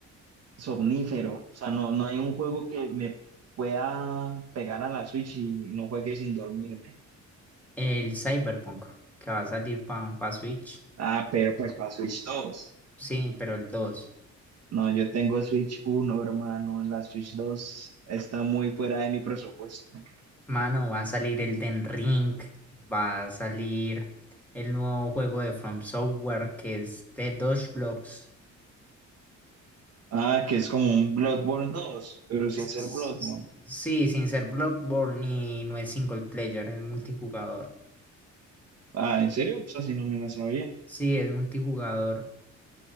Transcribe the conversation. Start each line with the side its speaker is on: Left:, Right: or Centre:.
Right: somnífero. O sea, no, no hay un juego que me pueda pegar a la Switch y no juegue sin dormirme.
Centre: El Cyberpunk, que va a salir para Switch.
Right: Ah, pero pues para Switch dos
Centre: Sí, pero el dos
Right: No, yo tengo Switch uno hermano. La Switch dos está muy fuera de mi presupuesto.
Centre: Mano, va a salir el Den Ring, va a salir el nuevo juego de From Software que es The Dodge Blocks.
Right: Ah, que es como un Bloodborne dos pero sin
Centre: S-
Right: ser
Centre: s-
Right: Bloodborne.
Centre: s- Sí, sin ser Bloodborne y no es single player, es multijugador.
Right: Ah, ¿en serio? O sea, si no me la sabía.
Centre: Sí, es multijugador.